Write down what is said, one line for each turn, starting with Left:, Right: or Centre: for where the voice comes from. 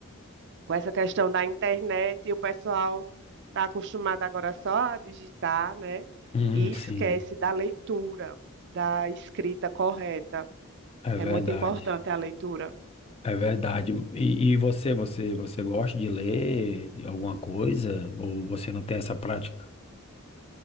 Right: com essa questão da internet, e o pessoal está acostumado agora só a digitar, né?
Left: Hum,
Right: E
Left: sim,
Right: esquece da leitura, da escrita correta.
Left: é
Right: É
Left: verdade.
Right: muito importante a leitura.
Left: É verdade. E, e você, você, você gosta de ler alguma coisa? Ou você não tem essa prática?